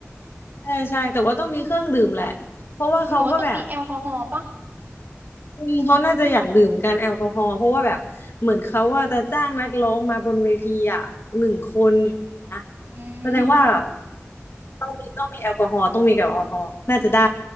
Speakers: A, on the left (about 55°); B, on the right (about 40°).
A: ใช่ใช่แต่ว่าต้องมีเครื่องดื่มแหละเพราะว่าเขาก็แบบ
B: หนูว่าต้องมีแอลกอฮอล์ปะ
A: อืมเขาน่าจะอยากดื่มกันแอลกอฮอล์เพราะว่าแบบเหมือนเขาว่าจะจ้างนักร้องมาบนเวทีอ่ะหนึ่งคนนะ
B: อืม
A: แสดงว่าต้องมีต้องมีแอลกอฮอล์ต้องมีแอลกอฮอล์น่าจะได้